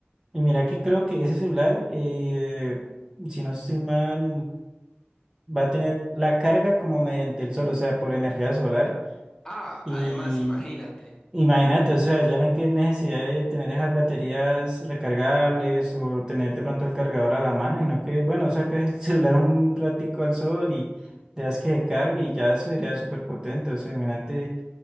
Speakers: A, on the right; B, on the left.
A: Y mira que creo que ese celular, eh, si no estoy mal, va a tener la carga como mediante el sol, o sea, por energía solar.
B: Ah,
A: Y
B: además, imagínate,
A: imagínate, o sea, ya no hay que necesidad de tener esas baterías recargables o tener de pronto el cargador a la mano, sino que, bueno, sacas el <laughs> celular un ratico al sol y dejas que se cargue y ya eso sería súper potente, o sea, imagínate.